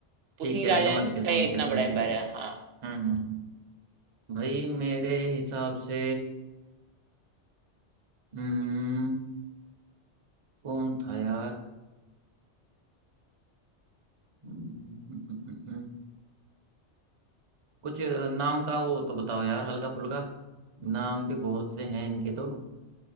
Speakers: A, on the right; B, on the right.
A: ठीक
B: उसी
A: है
B: राजा
A: समझ गया
B: का
A: समझ
B: ये इतना
A: गया समझ
B: बड़ा एम्पायर
A: गया हम्म
B: है हाँ
A: हम्म। हम्म। भाई मेरे हिसाब से हम्म कौन था यार हम्म, हम्म, हम्म, हम्म। कुछ नाम का वो तो बताओ यार हल्का फुल्का नाम भी बहुत से हैं इनके तो